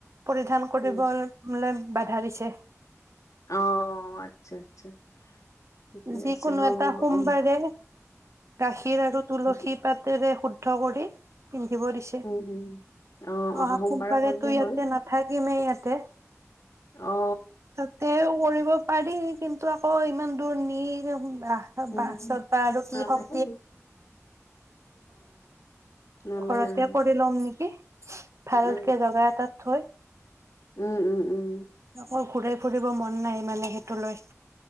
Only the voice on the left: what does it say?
উম
অঁহ আচ্ছা আচ্ছা। ঠিকে
আছে বাৰু
মোৰ
উম
উম
উম অ
সোমবাৰে
কৰিলেই
হ'ল
অ
উম
নালাগে
অ নালে
ন
উ উ
উম, উম। উম উম।